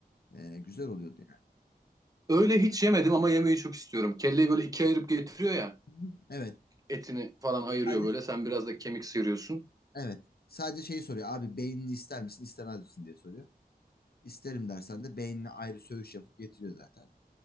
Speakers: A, on the left; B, on the right.
A: E, güzel oluyordu yani.
B: Öyle hiç yemedim ama yemeyi çok istiyorum. Kelleyi böyle ikiye ayırıp getiriyor ya.
A: Hı hı. Evet.
B: Etini falan ayırıyor
A: Sadece
B: böyle. Sen biraz da kemik sıyırıyorsun.
A: evet. Sadece şeyi soruyor. Abi beynini ister misin, istemez misin diye soruyor. İsterim dersen de beynini ayrı söğüş yapıp getiriyor zaten.